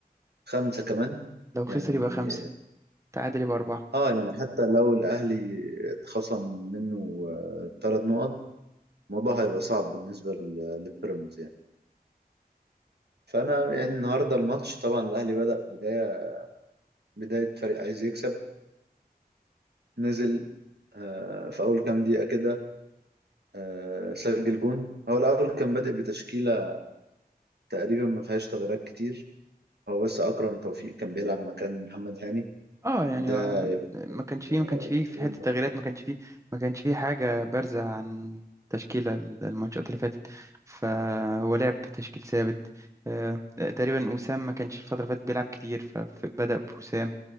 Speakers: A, on the right; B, on the right.
A: خمسة كمان
B: لو خسر
A: يعني
B: يبقى خمسه تعادل يبقى اربعه
A: اه يعني حتى لو الأهلي اتخصم منه ثلاث نقط الموضوع هيبقى صعب بالنسبة لل- للبيراميدز يعني فأنا يعني النهاردة الماتش طبعا الأهلي بدأ بداية بداية فريق عايز يكسب نزل آه، في أول كام دقيقة كده آه، سجل جون هو الأول كان بادئ بتشكيلة تقريبا ما فيهاش تغييرات كتير هو بس أكرم توفيق كان بيلعب مكان محمد هاني
B: اه يعني
A: ده
B: آه،
A: يعتبر
B: ما كانش فيه ما كانش
A: التغيير
B: فيه في حته
A: الوحيد.
B: تغييرات ما كانش فيه ما كانش فيه حاجه بارزه عن تشكيله الماتشات اللي فاتت فهو لعب بتشكيل ثابت آه، آه، تقريبا وسام ما كانش الفتره اللي فاتت بيلعب كتير فبدا بوسام